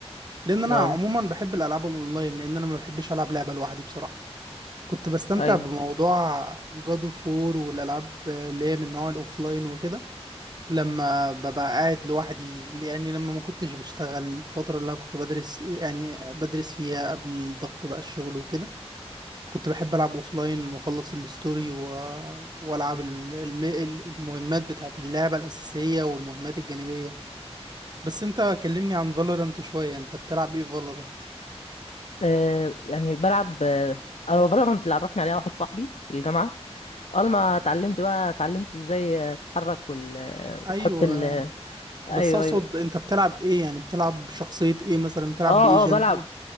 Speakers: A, on the right; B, on the left.
A: لان انا
B: اه
A: عموما بحب الالعاب الاونلاين لان انا ما بحبش العب لعبه لوحدي بصراحه كنت بستمتع
B: أيوه
A: بموضوع جادو فور والالعاب اللي هي من نوع الاوفلاين وكده لما ببقى قاعد لوحدي يعني لما ما كنتش بشتغل الفترة اللي أنا كنت بدرس يعني بدرس فيها قبل ضغط بقى الشغل وكده كنت بحب ألعب أوفلاين وأخلص الستوري و... وألعب ال- الم... المهمات بتاعة اللعبة الأساسية والمهمات الجانبية بس أنت كلمني عن فالورانت شوية أنت بتلعب إيه فالورانت؟
B: آه يعني بلعب آه، أنا فالورانت اللي عرفني عليها واحد صاحبي في الجامعة أول ما اتعلمت بقى اتعلمت إزاي تتحرك وال... وتحط
A: أيوة
B: ال... أيوه
A: بس أقصد
B: أيوه
A: أنت بتلعب إيه يعني بتلعب شخصية إيه مثلا بتلعب
B: اه
A: بإيجنت
B: اه بلعب
A: إيه؟